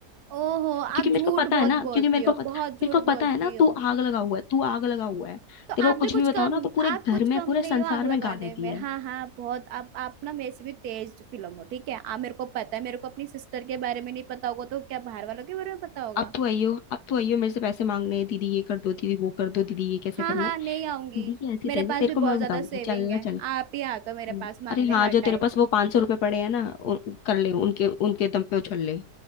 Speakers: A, on the right; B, on the left.
A: ओहो
B: क्योंकि
A: आप
B: मेरे
A: झूठ
B: को पता
A: बहुत
B: है ना
A: बोलती
B: क्योंकि मेरे
A: हो
B: को पता
A: बहुत झूठ
B: मेरे को पता
A: बोलती
B: है ना
A: हो
B: तू आग लगा हुआ है तू आग लगा हुआ है
A: तो
B: तेरे
A: आप
B: को
A: भी
B: कुछ
A: कुछ
B: भी बताओ
A: कम
B: ना तो पूरे
A: आप
B: घर
A: कुछ कम
B: में पूरे
A: नहीं
B: संसार
A: हो आग लगाने
B: में गा देती
A: में
B: है
A: हाँ हाँ बहुत आप आप ना मेरे से भी तेज फिल्म हो ठीक है आ मेरे को पता है मेरे को अपनी सिस्टर के बारे में नहीं पता होगा तो क्या बाहर वालों के बारे में पता होगा
B: अब तो आइयो अब तो आइयो मेरे से पैसे मांगने हैं दीदी ये कर दो दीदी वो कर दो दीदी ये कैसे
A: हाँ
B: करना
A: हाँ
B: है
A: नहीं आऊंगी
B: दीदी की ऐसी
A: मेरे
B: तैसी
A: पास
B: तेरे
A: भी
B: को मैं
A: बहुत ज्यादा
B: बताऊंगी
A: सेविंग
B: चल
A: है
B: ना चल
A: आप ही आते हो मेरे
B: हम्म।
A: पास मांगने
B: अरे हाँ
A: हर
B: जो
A: टाइम
B: तेरे पास वो पांच सौ रुपए पड़े हैं ना उन, कर ले उनके उनके दम पे उछल ले